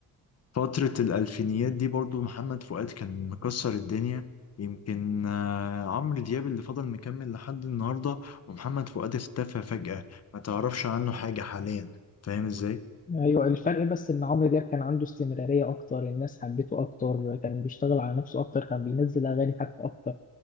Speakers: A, on the left; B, on the left.
A: فترة الألفينيات دي برضو محمد فؤاد كان مكسر الدنيا يمكن آه، عمرو دياب اللي فضل مكمل لحد النهاردة ومحمد فؤاد اختفى فجأة ما تعرفش عنه حاجة حاليا فاهم ازاي؟
B: ايوه الفرق بس ان عمرو دياب كان عنده استمراريه اكتر الناس حبته اكتر كان بيشتغل على نفسه اكتر كان بينزل اغاني حتى اكتر